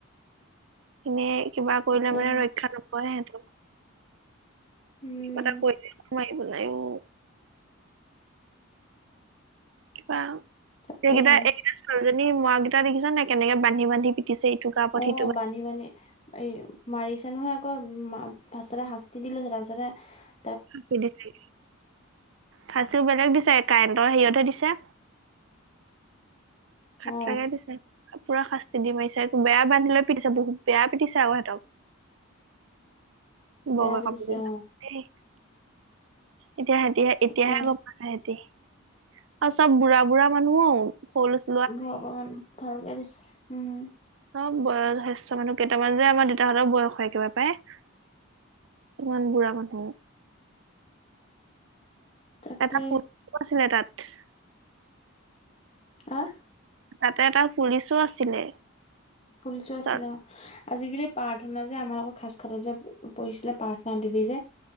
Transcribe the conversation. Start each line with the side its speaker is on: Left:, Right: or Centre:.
Right: এনে কিবা কৰিলে
Left: তাকেহে
Right: মানে ৰক্ষা নপৰে সেইতো।
Left: উম,
Right: কিবা এটা কৰিলেই মাৰি পেলাই অ। কিবা
Left: তাকেহে
Right: এইকেইটা -এইকেইটা ছোৱালীজনী মৰাকেইটা দেখিছা নাই কেনেকে বান্ধি- বান্ধি পিটিছে? ইটো গাৰ ওপৰত
Left: অ,
Right: সিটো গাৰ
Left: বান্ধি -বান্ধি এই মাৰিছে নহয় আকৌ ফাৰ্ষ্টততে শাস্তি দি লৈছে তাৰপিছতে
Right: ফাঁচি দিছে ফাচিও বেলেগ দিছে কাৰেণ্টৰ হেৰিয়তহে দিছে। খাতৰাকে
Left: অ,
Right: দিছে পুৰা শাস্তি দি মাৰিছে একো বেয়া বান্ধি লৈ পিটিছে বহুত বেয়া পিটিছে আওঁ এহতক।
Left: <inaudible>
Right: বগা
Left: পিটিছে
Right: কাপোৰ বিলাক
Left: অ,
Right: এই এতিয়া সেহতী হে
Left: তাকে
Right: এতিয়াহে গম পাইছে সেহতি আৰু চব বুঢ়া -বুঢ়া মানুহ অ, সৰু লৰা- ছোৱালী
Left: <unintelligible> ভালকে দিছে উম।
Right: চব বয় শ্ৰেষ্ঠ মানুহ কেইটামান যে আমাৰ দেউতাহঁতৰ বয়সৰ একবাৰে পায়। ইমান বুঢ়া মানুহ।
Left: তাকে
Right: এটা <unintelligible>
Left: আহ?
Right: তাতে এটা পুলিচো আছিলে।
Left: পুলিচো আছিলে
Right: চৰ-
Left: আজিকালি প্ৰাৰ্থনা যে আমাৰ লগৰ সাজখাটত যে পঢ়িছিলে প্ৰাৰ্থনা দেৱী যে?